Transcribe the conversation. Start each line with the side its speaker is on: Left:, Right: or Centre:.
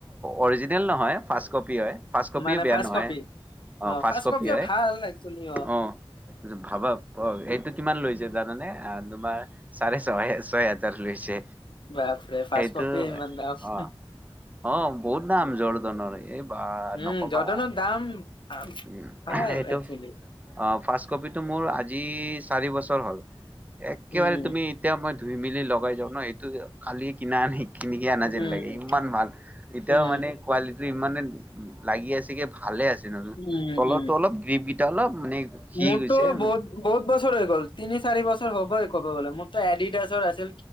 Right: অৰ্জিনেল নহয়, ফাষ্টকপী হয়। ফাষ্টকপীও
Left: মানে
Right: বেয়া
Left: ফাৰ্ষ্ট
Right: নহয়,
Left: কপি
Right: অ ফাষ্টকপী
Left: ফাৰ্ষ্ট কপিও
Right: হয়
Left: ভাল একচুৱেলি
Right: অ ভাবাব ব এইটো কিমান লৈছে? জানানে? তোমাৰ চাৰে ছহে ছয় হাজাৰ লৈছে।
Left: বাপৰে
Right: সেইটো
Left: ফাৰ্ষ্ট কপিয়ে ইমান দাম।
Right: অ', অ বহুত দাম জৰদনৰ এই বা
Left: উম,
Right: নকবা।
Left: জৰ্ডনৰ দাম আ
Right: উম
Left: ভাল
Right: এইটো
Left: একচুৱেলি
Right: অ। ফাৰ্ষ্ট কপিটো মোৰ আজি চাৰি বছৰ হ'ল। একেবাৰে
Left: উম,
Right: তুমি এতিয়া মই। ধুই মেলি লগাই যাওঁ ন, এইটো কালিয়ে কিনা আনি কিনি আনা
Left: উম,
Right: যেন লাগে। ইমান ভাল এতিয়াও
Left: উম,
Right: মানে কোৱালিটি ইমানে লাগি আছে কি ভালে আছে ন।
Left: উম,
Right: তলৰটো
Left: উম।
Right: অলপ গ্ৰিবিত অলপ মানে সি
Left: মোৰতো
Right: গৈছে
Left: বহুত
Right: মানে
Left: বহুত বছৰ হৈ গ'ল, তিনি, চাৰি বছৰ হবই ক'ব গলে, মোৰ ত এডিডাছৰ আছিল।